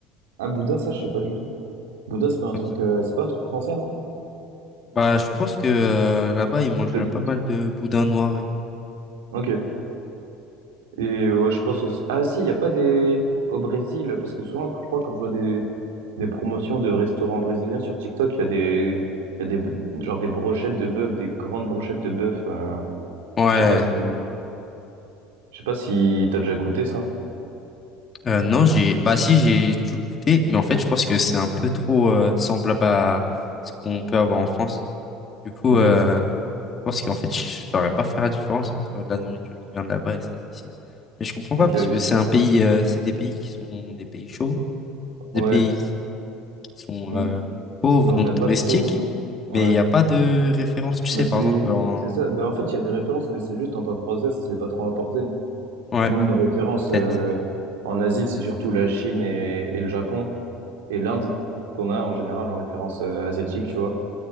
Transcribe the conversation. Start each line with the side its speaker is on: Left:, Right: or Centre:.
Right: ah, boudin, ça, je sais pas du tout. Boudin,
Left: Des trucs
Right: c'est pas un
Left: comme
Right: truc,
Left: ça.
Right: euh, c'est pas un truc français, non?
Left: Bah, je pense que euh, là-bas, ils mangent
Right: Ok.
Left: pas mal de boudin noir et tout.
Right: Ok. Et euh, ouais, je pense aussi. Ah si, il n'y a pas des. Au Brésil, parce que souvent, je crois, quand je vois des, des promotions de restaurants brésiliens sur TikTok, il y a des. Il y a des. b- Genre des brochettes de bœuf, des grandes brochettes de bœuf. euh,
Left: Ouais.
Right: Je sais pas si. Je sais pas si t'as déjà goûté ça.
Left: Euh, non, j'ai. Bah, si, j'ai dû goûter, mais en fait, je pense que c'est un peu trop euh, semblable à ce qu'on peut avoir en France. Du coup,
Right: Ok,
Left: euh, je pense qu'en fait, je saurais pas faire la différence entre de la nourriture qui vient de là-bas et celle d'ici. Mais je comprends
Right: ok,
Left: pas parce
Right: ok.
Left: que c'est un pays, euh, c'est des pays qui sont des pays chauds, des
Right: Ouais,
Left: pays qui sont
Right: m-
Left: euh, pauvres,
Right: mais
Left: donc
Right: on n'a
Left: touristiques,
Right: pas trop. Ouais,
Left: mais il n'y a pas de référence, tu sais,
Right: bah
Left: par
Right: c'est
Left: exemple, en...
Right: c'est ça. Bah en fait, il y a des références, mais c'est juste en tant que Français, c'est pas trop apporté.
Left: Ouais,
Right: Nous, nos références
Left: peut-être.
Right: euh, en Asie, c'est surtout la Chine et, et le Japon. et l'Inde qu'on a en général en référence euh, asiatique, tu vois.